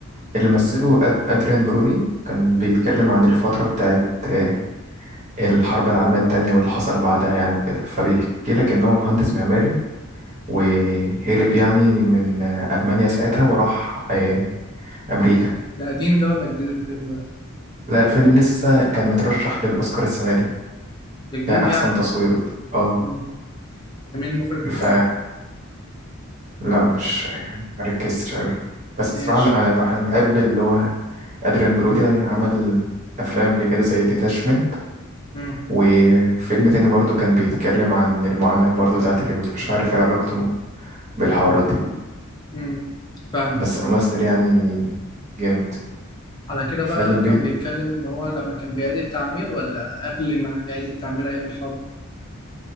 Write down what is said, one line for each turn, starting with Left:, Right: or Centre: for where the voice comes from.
Right: اللي مثله أد- أدريان برودي كان بيتكلم عن الفترة بتاعت آه، الحرب العالمية التانية واللي حصل بعدها يعني وكده فبيحكي لك إن هو مهندس معماري وهرب يعني من آه، ألمانيا ساعتها وراح آه، أمريكا
Left: ده قديم ده ولا جديد الفيلم ده؟
Right: لا الفيلم لسه كان مترشح للأوسكار السنة دي
Left: ده جديد
Right: كأحسن
Left: يعني
Right: تصوير اه
Left: امم ده مين المخرج
Right: ف
Left: بتاعه؟
Right: لا مش مركزتش قوي بس
Left: ماشي
Right: بصراحة أنا بحب بحب اللي هو أدريان برودي عمل أفلام قبل كده زي ديتاشمنت
Left: امم
Right: وفيلم تاني برضو كان بيتكلم عن المعاناة برضو بتاعت اليهود مش عارف ايه علاقته بالحوارات دي
Left: امم فاهمك
Right: بس
Left: اه
Right: الممثل يعني جامد
Left: على كده بقى
Right: فالبيت
Left: كان بيتكلم ان هو لما كان بيعيد التعمير ولا قبل ما يعيد التعمير ايام الحرب